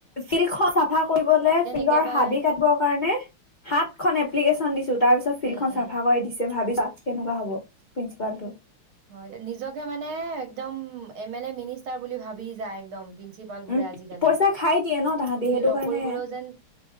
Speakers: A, on the left; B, on the right.
A: ফিল্ড খ চাফা কৰিবলে ফিল্ডৰ
B: একেবাৰে
A: হাবি কাটবৰ কাৰণে সাত খ এপ্লিকেশ্যন দিছো তাৰ পিছত ফিল্ডখন
B: উম উম
A: চাফা কৰি দিছে ভাবিছা, কেনেকুৱা হ'ব প্ৰিন্সিপালটো,
B: হয় ', নিজকে মানে একদম, এম -এ- লে -মিনিষ্টাৰ বুলি ভাবি যায় একদম, প্ৰিন্সিপাল বোৰে
A: উম,
B: আজিকালি
A: পইচা খাই দিয়ে ন', তাহাঁতি
B: তুমি
A: সেইটো
B: লগ
A: কাৰণে।
B: কৰিবলৈও যেন